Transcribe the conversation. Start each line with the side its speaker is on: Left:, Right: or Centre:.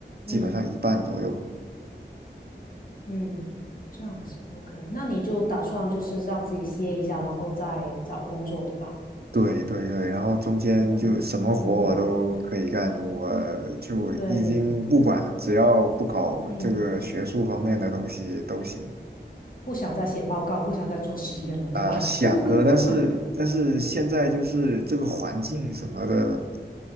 Right: 基本上一半左右。
Left: 嗯嗯，这样子，OK，那你就打算就是让自己歇一下，然后再找工作，对吧？
Right: 对对对，然后中间就什么活我都可以干，
Left: 哦，嗯，
Right: 我就已经不管了，
Left: 对，
Right: 只要不搞这个学术方面的东西都行。
Left: 嗯，不想再写报告，不想再做实验了，
Right: 啊、
Left: 对吧？
Right: 想的，
Left: <laughs>
Right: 但是但是现在就是这个环境什么的，